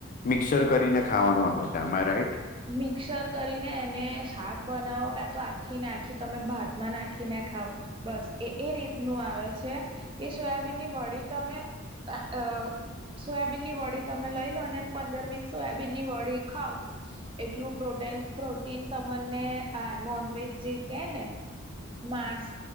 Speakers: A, on the left; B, on the right.
A: મિક્સર કરીને ખાવાનું આવે છે આમાં રાઈટ?
B: મિક્સર કરીને એને શાક બનાવો કા તો આખીને આખી તમે ભાતમાં નાખીને ખાવ. બસ એ એ રીતનું આવે છે એ સોયાબીનની વળી તમે અ સોયાબીનની વળી તમે લઈ લો અને પંદર વીસ સોયાબીનની વળી ખાવ એટલું પ્રોટન પ્રોટીન તમને આ નોનવેજ જે કે ને માંસ